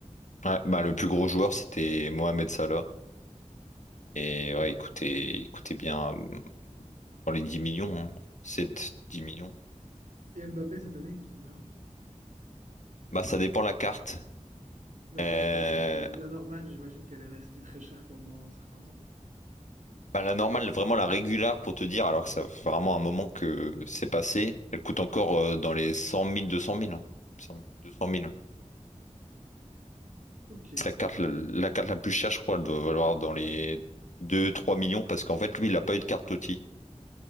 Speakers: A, on the left (about 70°); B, on the right (about 75°).
A: Ouais, bah, le plus gros joueur, c'était Mohamed Salah. Et ouais, il coûtait, il coûtait bien euh, dans les 10 millions, hein. 7, 10 millions.
B: Et Mbappé, cette année, il coûte combien?
A: Bah, ça dépend la carte.
B: La,
A: Euh,
B: la classique, la, la normale, j'imagine qu'elle est restée très chère pendant un certain temps.
A: bah, la normale, vraiment la régulière, pour te dire, alors que ça fait vraiment un moment que c'est passé, elle coûte encore euh, dans les 100 000, 200 000, hein, il me semble. 200 000.
B: Ok.
A: C'est la carte, la, la carte la plus chère, je crois, elle doit valoir dans les 2 3 millions, parce qu'en fait, lui, il n'a pas eu de carte Toti.